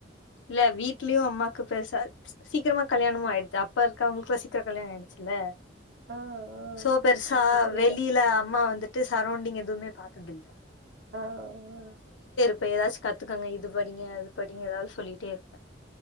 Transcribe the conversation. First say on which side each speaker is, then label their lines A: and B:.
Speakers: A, on the left; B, on the right.
A: இல்ல வீட்லயும் அம்மாக்கு பேச ப்ச் சீக்கிரமா கல்யாணமும் ஆயிடுத்து அப்ப இருக்கவங்களுக்ளாம் சீக்கிரம் கல்யாணம் ஆயிடுச்சுல்ல
B: ஆ ஆ
A: சோ பெருசா
B: ஓகே ஓகே புரியுது
A: வெளியில அம்மா வந்துட்டு சரௌண்டிங் <unintelligible> எதுமே பாத்ததில்ல
B: ஆ ம்
A: இப்ப ஏதாச்சும் கத்துக்கங்க இது இது படிங்க அது படிங்க ஏதாவது சொல்லிகிட்டே இருப்பேன்